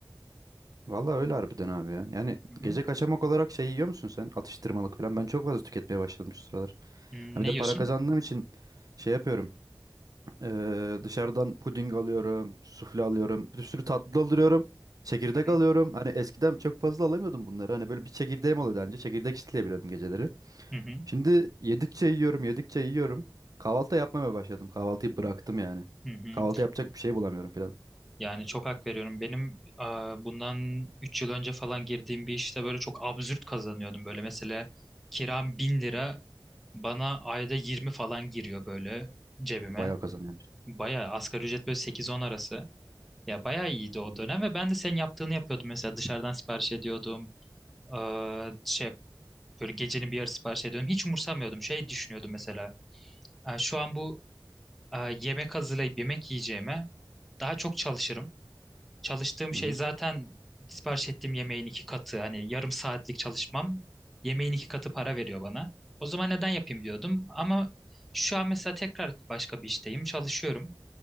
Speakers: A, on the right; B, in the centre.
A: Vallahi öyle harbiden abi ya. Yani
B: Hı
A: gece
B: hı.
A: kaçamak olarak şey yiyor musun sen? Atıştırmalık falan. Ben çok fazla tüketmeye başladım şu sıralar.
B: Hmm,
A: Ha bir
B: Ne
A: de
B: yiyorsun?
A: para kazandığım için şey yapıyorum. Ee, dışarıdan puding alıyorum, sufle alıyorum, bir sürü tatlı alıyorum, çekirdek
B: Hı hı.
A: alıyorum. Hani eskiden çok fazla alamıyordum bunları. Hani böyle bir çekirdeğim oluyordu önce Çekirdek çitleyebiliyordum geceleri.
B: Hı hı.
A: Şimdi yedikçe yiyorum, yedikçe yiyorum. Kahvaltı yapmamaya başladım. Kahvaltıyı bıraktım yani.
B: Hı hı.
A: Kahvaltı yapacak bir şey bulamıyorum falan.
B: Yani çok hak veriyorum. Benim e, bundan 3 yıl önce falan girdiğim bir işte böyle çok absürt kazanıyordum. Böyle mesela kiram 1000 lira bana ayda 20 falan giriyor böyle cebime.
A: Bayağı kazanıyormuş.
B: Baya asgari ücret böyle sekiz on arası. Ya baya iyiydi o
A: Hı hı.
B: dönem ve ben de senin yaptığını yapıyordum. Mesela dışarıdan sipariş ediyordum. E, şey böyle gecenin bir yarısı sipariş ediyordum. Hiç umursamıyordum. Şey düşünüyordum mesela. "E, şu an bu e, yemek hazırlayıp yemek yiyeceğime daha çok çalışırım. Çalıştığım şey
A: Hı hı.
B: zaten sipariş ettiğim yemeğin iki katı. Hani yarım saatlik çalışmam yemeğin iki katı para veriyor bana. O zaman neden yapayım diyordum. Ama şu an mesela tekrar başka bir işteyim, çalışıyorum.